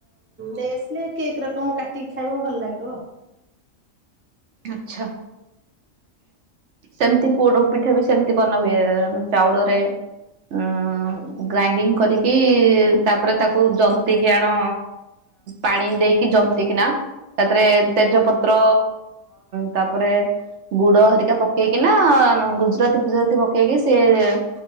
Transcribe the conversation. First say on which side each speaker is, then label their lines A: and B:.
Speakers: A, on the right (about 15°); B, on the right (about 65°).
A: ନେଇ ଆସିଲେ କେକ୍ ରକମ କାଟି ଖାଇବ ଭଲ ଲାଗିବ।
B: ଆଚ୍ଛା।
A: <unintelligible>
B: ସେମତି ପୋଡ଼ ପିଠା ବି ସେମିତି ବନା ହୁଏେ ଚାଉଳରେ ଉ ଗ୍ରାଇଣ୍ଡିଙ୍ଗ୍ କରିକି ତାପରେ ତାକୁ ଜନ୍ତିକିି ଆଣ ପାଣି ଦେଇକି ଜନ୍ତିକିିନା ତାପରେ ତେଜପତ୍ର ତାପରେ ଗୁଡ଼ ହେରିକା ପକେଇକି ନା ଗୁଜୁରାତି ଫୁଜୁରାତି ପକେଇକି ସେ <unintelligible>